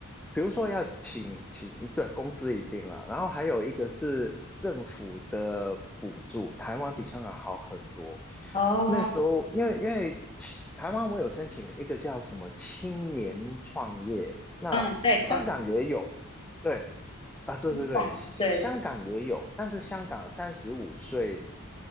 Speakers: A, in the centre; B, on the left (about 20°).
A: 比如说要请请，对，工资一定啦，然后还有一个是政府的补助，台湾比香港好很多。
B: 哦，
A: 那时候，因为因为台湾我有申请一个叫什么青年创业，那香港也有，
B: 那种贷款
A: 对，啊，对对对，
B: 嗯，
A: 香香港也有，
B: <laughs> 对，
A: 但是香港三十五岁